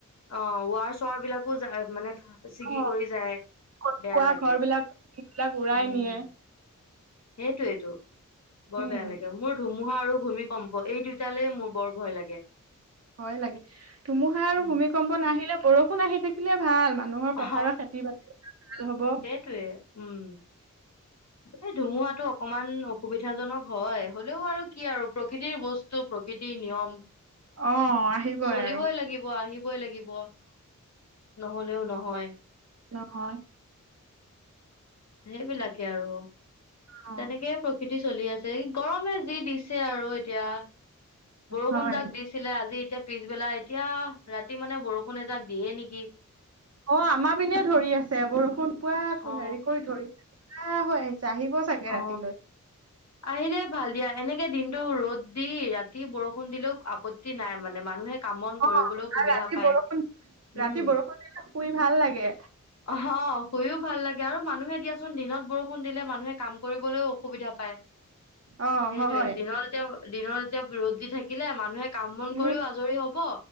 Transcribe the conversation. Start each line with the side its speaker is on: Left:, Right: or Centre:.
Left: অ ৱাৰ চাৰ বিলাকো মানে ছিগি
Right: অ
Left: কৰি যায়
Right: সৰু
Left: বেয়া
Right: সুৰা
Left: লাগে
Right: ঘৰ বিলাক বিলাক উৰাই
Left: উম
Right: নিয়ে
Left: সেইটোয়েইটো বৰ
Right: উম,
Left: বেয়া লাগে মোৰ ধুমুহা আৰু ভূমিকম্প এই দুইটালেই মোৰ বৰ ভয় লাগে
Right: হয় লাগে ধুমুহা আৰু
Left: উম।
Right: ভূমিকম্প ন আহিলে বৰষুণ আহি থাকিলে ভাল মান মানুহৰ
Left: অ
Right: পথাৰৰ খেতি বাতি ভাল হ'ব
Left: সেইটোৱে উম। এই ধুমুহটো অকমান অসুবিধাজনক হয় হলেও আৰু কি আৰু প্ৰকৃতিৰ বস্তু প্ৰকৃ প্ৰকৃতি নিয়ম
Right: অ', আহিবই
Left: চলিবই
Right: আৰু।
Left: লাগিব আহিবই লাগিব নহলেও নহয়
Right: নহয়
Left: সেইবিলাক আৰু
Right: অ',
Left: তেনেকে প্ৰকৃতি চলি আছে গৰমে যি দিছে আৰু এতিয়া বৰষুণ
Right: হয়।
Left: যাক দিছিলে আজি এতিয়া পিছবেলা এতিয়া ৰাতি মানে বৰষুণ এজাক দিয়ে নেকি
Right: অ আমাৰ পিনে ধৰি আছে বৰষুণ পোৱা
Left: অ
Right: হেৰি কৰি ধৰি কুলা হৈ আহিছে আহিব চাগে
Left: অ
Right: ৰাতিলৈ।
Left: আহি লেই ভাল দিয়া সেনেকে দিনতো ৰ'দ দি ৰাতি বৰষুণ দিলেও আপত্তি নাই মানে মানুহে কামন
Right: অ',
Left: কৰিবলৈও
Right: আৰু
Left: সুবিধা
Right: ৰাতি
Left: পায়
Right: বৰষুণ
Left: উম
Right: ৰাতি বৰষুণ দিলে শুই ভাল লাগে।
Left: হা গও ভাল লাগে আৰু মানুহে দিয়াচোন দিনত বৰষুণ দিলে মানুহে কাম কৰিব অসুবিধা পায়
Right: অ',
Left: সেইটয়ে
Right: হয়।
Left: দিনৰ এতিয়া দিনৰ যেতিয়া ৰ দি থাকিলে মানুহে কাম বন
Right: উম,
Left: কৰিও আজৰি হব